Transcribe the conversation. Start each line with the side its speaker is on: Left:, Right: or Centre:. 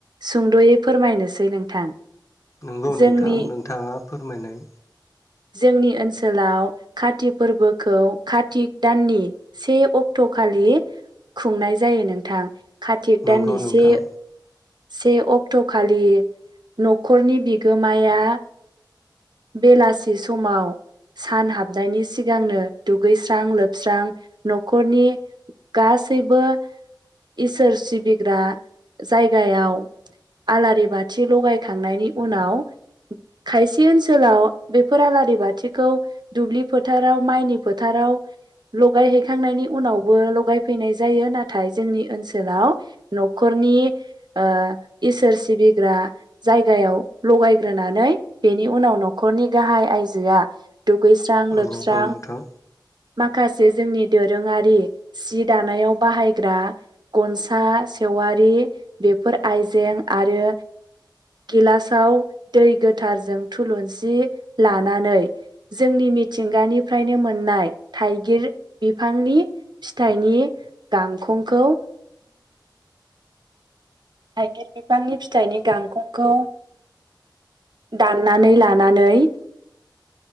Right: सुंद'यै फोरमायनोसै नोंथां
Left: नंगौ
Right: जोंनि
Left: नोंथां नोंथाङा फोरमायनाय।
Right: जोंनि ओनस सोलाव काति फोरबोखौ काति दाननि से अक्ट' खालि खुंनाय जायो नोंथां खाथिक
Left: नंगौ
Right: दानि
Left: नोंथां
Right: से से अक्ट' खालि न'खरनि बिगोमाया बेलासि समाव सान हाबनायनि सिगांनो दुगैस्रां लोबस्रां न'खरनि गासैबो इसोर सिबिग्रा जाय गायाव आलारि बाथि लगायखांनायनि उनाव खायसे ओनसोलाव बेफोर आलारि बाथिखौ दुब्लि फोथाराव माइनि फोथाराव लगायहैखांनायनि उनावबो लगायफैनाय जायो नाथाय जोंनि ओनसोलाव न'खरनि ओ इसोर सिबिग्रा जायगायाव लगायग्रोनानै बेनि उनाव न'खरनि गाहाय आइजोआ दुगैस्रां स्रां लोबस्रां
Left: नंगौ नोंथां
Right: माखासे जोंनि दोरोङारि सि दानायाव बाहायग्रा गनसा सेवारि बेफोर आइजें आरो गिलासाव दै गोथारजों थुलुंसि लानानै जोंनि मिथिंगानिफ्रायनो मोन्नाय थाइगिर बिफांनि फिथाइनि गांखंखौ थाइगिर बिफांनि फिथाइनि गांखंखौ दान्नानै लानानै